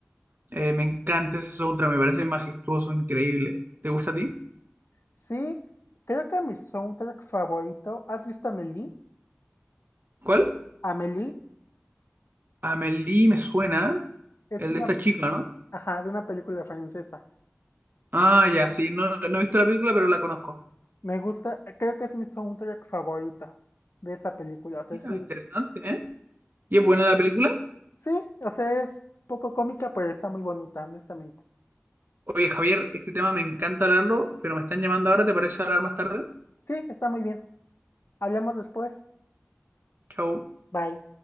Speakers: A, on the right; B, on the left.
A: Eh, me encanta ese soundtrack, me parece majestuoso, increíble. ¿Te gusta a ti?
B: sí, creo que mi soundtrack favorito. ¿Has visto Amélie?
A: ¿Cuál?
B: Amélie.
A: Amelie me suena,
B: Es
A: el
B: una,
A: de esta chica, no
B: ajá, de una película francesa.
A: Ah, ya, sí, no, no he visto la película, pero la conozco.
B: Me gusta, creo que es mi soundtrack favorito de esa película. O sea,
A: Mira,
B: sí,
A: interesante, ¿eh? ¿Y es buena la película?
B: sí, o sea, es poco cómica, pero está muy bonita, honestamente.
A: Oye, Javier, este tema me encanta hablarlo, pero me están llamando ahora, ¿te parece hablar más tarde?
B: Sí, está muy bien. Hablamos después.
A: Chao.
B: Bye.